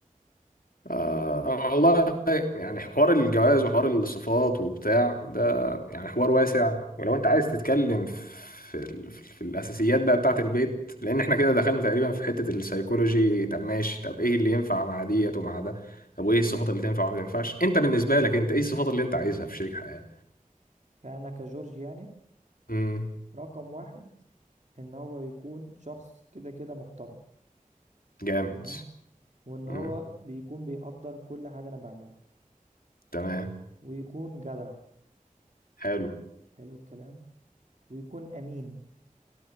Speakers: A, on the left; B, on the right.
A: آه والله يعني حوار الجواز وحوار الصفات وبتاع ده يعني حوار واسع ولو انت عايز تتكلم في ال- في الاساسيات بقى بتاعه البيت لان احنا كده دخلنا تقريبا في حتة السيكولوجي طب ماشي طب ايه اللي ينفع مع ديت ومع ده طب وايه الصفات اللي تنفع وما تنفعش انت بالنسبة لك انت ايه الصفات اللي انت عايزها في شريك حياة
B: فأنا كجورج يعني
A: امم
B: رقم واحد إن هو يكون شخص كده كده محترم
A: جامد
B: تمام وإن هو
A: امم
B: بيكون بيقدر كل حاجة أنا بعملها
A: تمام
B: ويكون جدع
A: حلو
B: حلو الكلام ويكون أمين